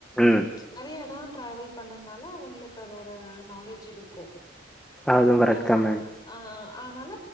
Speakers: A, in the centre; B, on the left (about 20°).
A: ம்
B: நெறைய எடோ டிராவல் பண்ணனால அவங்களுக்கு அதோட நாலேஜ் இருக்கு
A: அதுவு கரெக்ட்
B: ஆ
A: தா மேம்
B: ஆ அதனால